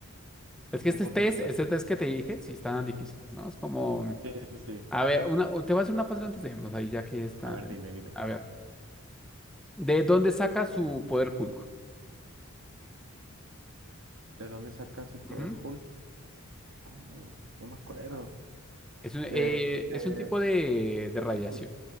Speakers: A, in the centre; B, on the right.
A: Es que
B: Un
A: este
B: poquito
A: test,
B: fácil.
A: este test que te dije, sí estaban difíciles, ¿no? Es como...
B: Sí, sí, sí.
A: A ver, una, o te voy a hacer una fácil antes de irnos, ahí ya que está.
B: A ver, dime, dime.
A: A ver, ¿de dónde saca su poder Hulk?
B: ¿De dónde saca su poder
A: Ujú.
B: Hulk? Ah, la- no me acuerdo.
A: Es un, eh,
B: De, de
A: es un tipo de, de radiación.
B: exposi-